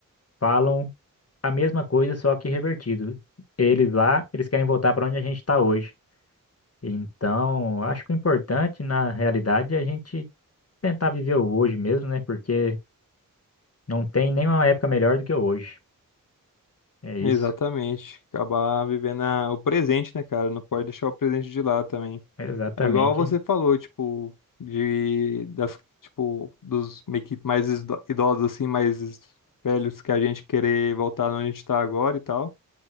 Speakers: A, on the left (about 45°); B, on the left (about 75°).
A: falam a mesma coisa, só que revertido. Eles lá, eles querem voltar para onde a gente está hoje. Então, acho que o importante na realidade é a gente tentar viver o hoje mesmo, né? Porque não tem nenhuma época melhor do que hoje. É isso.
B: exatamente. Acabar vivendo a- o presente, né, cara? Não pode deixar o presente de lado também.
A: Exatamente.
B: É igual você falou, tipo, de, da, tipo, dos meio que mais isdo- idosos, assim, mais velhos que a gente querer voltar onde a gente tá agora e tal.